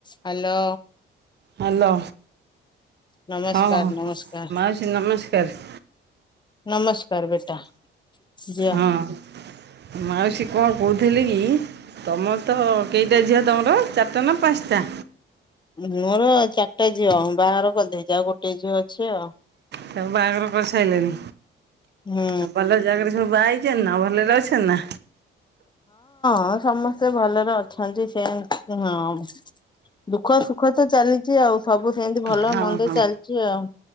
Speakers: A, on the left (about 20°); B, on the right (about 60°).
A: Hello
B: hello.
A: ନମସ୍କାର
B: ହଁ
A: ନମସ୍କାର
B: ମାଉସୀ ନମସ୍କାର।
A: ନମସ୍କାର ବେଟା। ଝିଅ।
B: ହଁ ମାଉସୀ କଣ କହୁଥିଲେ କି? ତୁମର ତ କେଇଟା ଝିଅ ତମର ଚାରିଟା ନା ପାଞ୍ଚଟା?
A: ମୋର ଚାରିଟା ଝିଅ ବାହାଘର କରିଦେଇଚି ଆଉ ଗୋଟଏ ଝିଅ ଅଛି ଆଉ।
B: ତା ବାହାଘର କରିସାରିଲଣିି।
A: ହୁଁ
B: ଆଉ ଭଲ ଜାଗାରେ ସବୁ ବା- ନା ଭଲରେ ଅଛନ୍ତି ନା?
A: ହଁ ସମସ୍ତେ ଭଲରେ ଅଛନ୍ତି। ସେ ହଁ ଦୁଃଖ ସୁଖ ତ ଚାଲିଛି ଆଉ ସବୁ ସେମିତି ଭଲ
B: ହଁ
A: ମନ୍ଦ
B: ହଁ
A: ଚାଲିଛି ଆଉ।